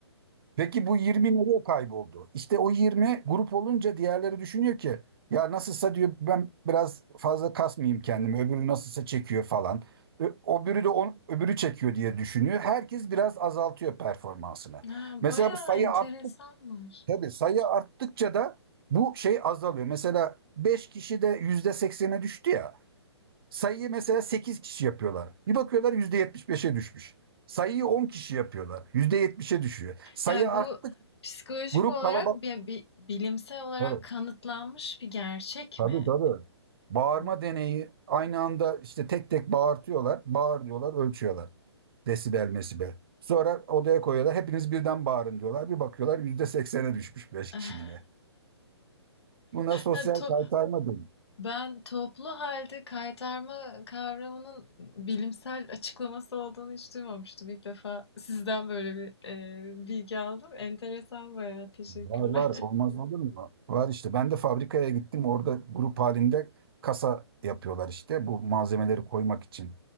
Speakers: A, on the right (about 55°); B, on the left (about 65°).
A: Peki bu 20 nereye kayboldu? İşte o 20 grup olunca diğerleri düşünüyor ki ya nasılsa diyor ben biraz fazla kasmayayım kendimi öbürü nasılsa çekiyor falan. Ö- Öbürü de on, öbürü çekiyor diye düşünüyor. Herkes biraz azaltıyor performansını.
B: Ah,
A: Mesela
B: bayağı
A: bu sayı
B: enteresanmış.
A: arttık tabii sayı arttıkça da bu şey azalıyor. Mesela 5 kişi de %80'e düştü ya. Sayıyı mesela 8 kişi yapıyorlar. Bir bakıyorlar yüzde yetmiş beşe düşmüş. Sayıyı 10 kişi yapıyorlar. %70'e düşüyor. Sayı
B: Yani
A: arttık
B: bu psikolojik
A: grup
B: olarak
A: kalabalık.
B: bir, bir- bilimsel olarak
A: Tabii,
B: kanıtlanmış bir gerçek
A: tabii
B: mi?
A: tabii. Bağırma
B: Bu-
A: deneyi aynı anda işte tek tek bağırtıyorlar. Bağır diyorlar ölçüyorlar. Desibel mesibel. Sonra odaya koyuyorlar. Hepiniz birden bağırın diyorlar. Bir bakıyorlar yüzde seksen'e düşmüş 5
B: <laughs>
A: kişi yine. Buna sosyal
B: Yani to-
A: kaytarma deniyor.
B: ben toplu halde kaytarma kavramının bilimsel açıklaması olduğunu hiç duymamıştım. İlk defa sizden böyle bir e, bilgi aldım. Enteresan bayağı teşekkürler.
A: Var var
B: <laughs>
A: olmaz olur mu? Var işte ben de fabrikaya gittim orada grup halinde kasa yapıyorlar işte bu malzemeleri koymak için